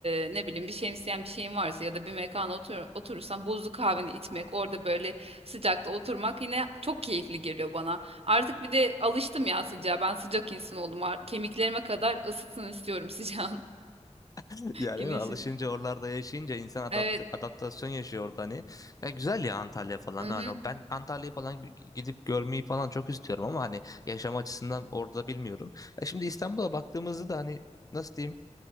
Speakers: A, on the right; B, on the left.
A: e, ne bileyim bir şemsiyen bir şeyin varsa ya da bir mekana otur, oturursan buzlu kahveni içmek orada böyle sıcakta oturmak yine çok keyifli geliyor bana. Artık bir de alıştım ya sıcağa. Ben sıcak insan oldum. Ar- Kemiklerime kadar ısıtsın istiyorum <laughs> sıcağın.
B: <laughs> Yani
A: Güneşin.
B: değil mi? Alışınca oralarda yaşayınca insan adapt
A: Evet.
B: adaptasyon yaşıyor orada hani. Ya güzel ya Antalya falan
A: Hı-hı.
B: hani ben Antalya'yı falan g- gidip görmeyi falan çok istiyorum ama hani yaşam açısından orada bilmiyorum. Ya şimdi İstanbul'a baktığımızda da hani nasıl diyeyim